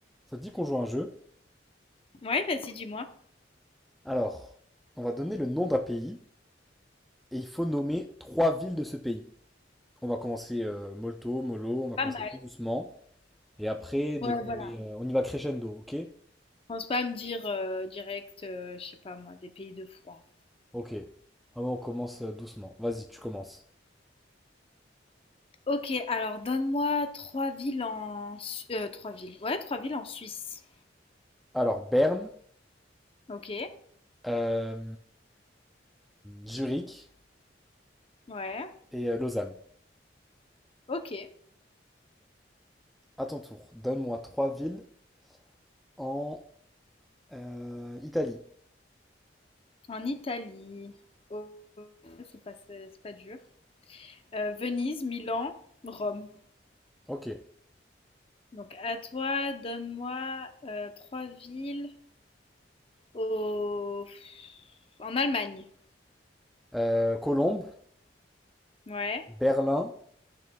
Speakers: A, in the centre; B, on the left.
A: Ça te dit qu'on joue à un jeu?
B: Ouais, vas-y, dis-moi.
A: Alors, on va donner le nom d'un pays et il faut nommer trois villes de ce pays. On va commencer euh, molto, mollo, on va
B: Pas
A: commencer
B: mal.
A: tout doucement. Et après, dès
B: Ouais,
A: qu'on
B: voilà.
A: est... euh, on y va crescendo, ok?
B: Pense pas à me dire euh, direct, euh, je sais pas moi, des pays de fou. hein.
A: Ok. Vraiment, on commence euh, doucement. Vas-y, tu commences.
B: Ok, alors donne-moi trois villes en... Su- euh, trois villes. Ouais, trois villes en Suisse.
A: Alors, Berne,
B: Ok,
A: euh, Zurich
B: ouais,
A: et euh, Lausanne.
B: ok.
A: À ton tour, donne-moi trois villes en euh, Italie.
B: En Italie. Oh, c'est pas, c'est c'est pas dur. Euh, Venise, Milan, Rome.
A: Ok.
B: Donc à toi, donne-moi euh, trois villes au... en Allemagne.
A: Euh, Colombe,
B: Ouais,
A: Berlin